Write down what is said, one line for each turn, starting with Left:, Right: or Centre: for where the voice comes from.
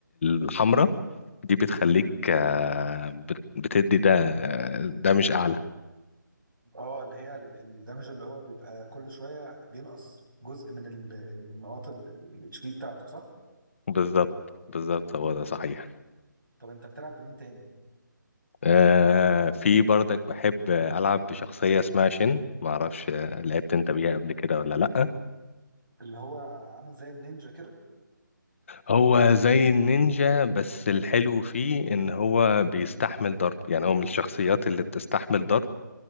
Left: الحمرة دي بتخليك آه، بت- بتدي ده آه، ده مش أعلى
Right: اه اللي هي ال- الدمج اللي هو بيبقى كل شويه بينقص جزء من ال- النقاط الاتش بي بتاعته صح
Left: بالظبط بالظبط هو ده صحيح
Right: طب انت بتلعب بمين تاني
Left: آه، في برضك بحب ألعب بشخصية اسمها شن معرفش آه، لعبت أنت بيها قبل كده ولا لأ
Right: اللي هو عامل زي النينجا كده
Left: هو زي النينجا بس الحلو فيه ان هو بيستحمل ضرب يعني هو من الشخصيات اللي بتستحمل ضرب